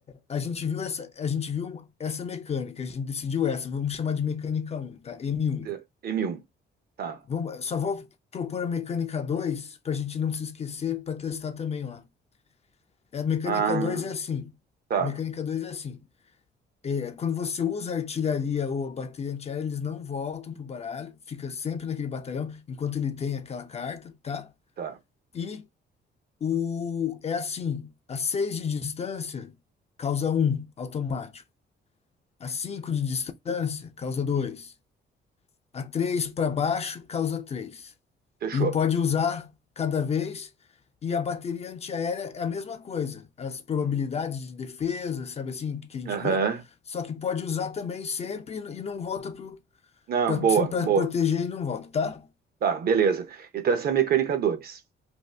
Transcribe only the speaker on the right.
T- M1. Tá.
Ah,
tá.
Tá.
Fechou.
Hum.
Aham.
Não,
boa,
boa.
Tá, beleza. Então essa é a mecânica dois